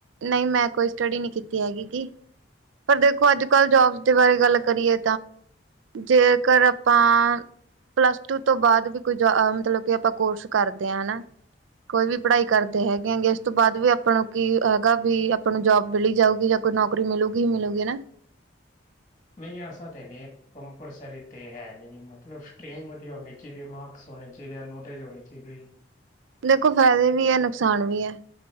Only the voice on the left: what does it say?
ਨਹੀਂ, ਐਸਾ ਤੇ ਨਹੀਂ ਐ। ਕੰਪਲਸਰੀ ਤੇ ਹੈ ਨਹੀਂ, ਮਤਲਬ ਸਟਰੀਮ ਵਧੀਆ ਹੋਣੀ ਚਾਹੀਦੀ ਐ, ਮਾਰਕਸ ਹੋਣੇ ਚਾਹੀਦੇ, ਨੌਲੇਜ ਹੋਣੀ ਚਾਹੀਦੀ।